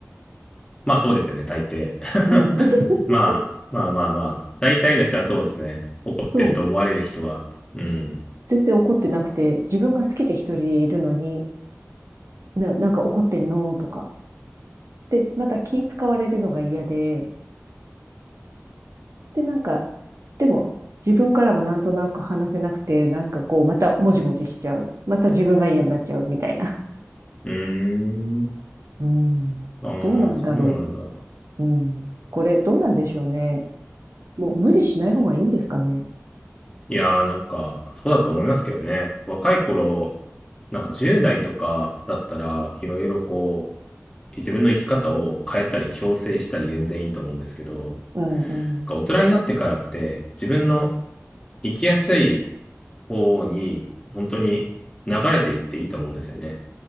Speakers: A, on the left; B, on the right.
A: まあそうですよね、大抵。<laughs>
B: うん。<laughs>
A: うんまあ、まあまあまあ。大体の人はそうですね。怒ってると思われる人は。
B: そう。
A: うん。
B: 全然怒ってなくて、自分が好きで一人でいるのに、な、なんか怒ってんのとか。で、また気使われるのが嫌で、で、なんか、でも、自分からはなんとなく話せなくて、なんかこう、またもじもじしちゃう。また自分が嫌になっちゃうみたいな。
A: うーん。
B: うん。
A: ああ、
B: どうなんだろ
A: そうなんだ。
B: う。うん。これ、どうなんでしょうね。もう無理しない方がいいんですかね。
A: いやーなんか、そうだと思いますけどね。若い頃、なんか10代とかだったら、いろいろこう、自分の生き方を変えたり、強制したり全然いいと思うんですけど、な
B: うんうん。
A: んか大人になってからって、自分の生きやすい方に、本当に流れていっていいと思うんですよね。